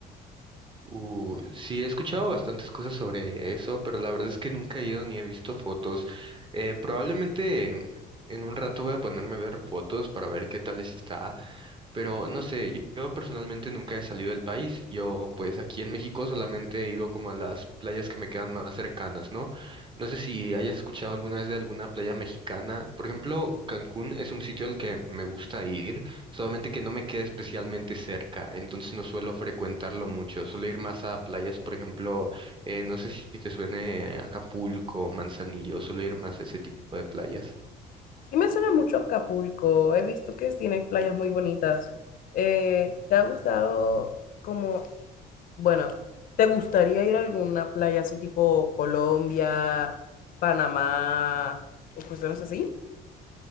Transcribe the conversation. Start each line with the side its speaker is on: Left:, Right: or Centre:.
Right: Uh, sí, he escuchado bastantes cosas sobre eso, pero la verdad es que nunca he ido ni he visto fotos. Eh, probablemente em, en un rato voy a ponerme a ver fotos para ver qué tal está. Pero no sé, yo, yo personalmente nunca he salido del país. Yo, pues aquí en México solamente he ido como a las playas que me quedan más cercanas, ¿no? No sé si hayas escuchado alguna vez de alguna playa mexicana. Por ejemplo, Cancún es un sitio al que me gusta ir, solamente que no me queda especialmente cerca, entonces no suelo frecuentarlo mucho. Suelo ir más a playas, por ejemplo, eh, no sé si te suene Acapulco, Manzanillo, suelo ir más a ese tipo de playas.
Left: Sí me suena mucho Acapulco, he visto que tienen playas muy bonitas. Eh, ¿te ha gustado como, bueno, ¿te gustaría ir a alguna playa así tipo Colombia, Panamá o cuestiones así?